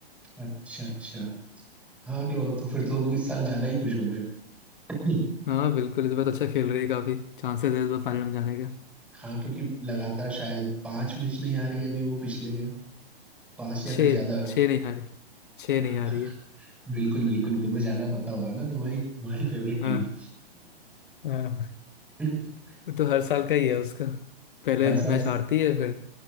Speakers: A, in the centre; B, on the left.
A: अच्छा अच्छा हाँ क्यों तो फिर तो तुम इस साल ज्यादा ही खुश होंगे <clears throat>
B: हाँ बिल्कुल इस बार तो अच्छा खेल रही है काफी चांसेस है इस बार फाइनल में जाने का
A: हाँ क्योंकि लगातार शायद पांच मैच नहीं आ रही है अभी वो पिछले के पांच
B: छः
A: या फिर ज्यादा
B: छः नहीं हारी छः
A: हाँ,
B: नहीं हारी
A: <laughs>
B: है
A: बिल्कुल बिल्कुल तुम्हें ज्यादा पता होगा ना तुम्हारी तुम्हारी फेवरेट
B: हाँ
A: टीम है
B: हाँ
A: <laughs>
B: वो तो हर साल का ही है उसका पहले
A: हर साल
B: मैच हारती है फिर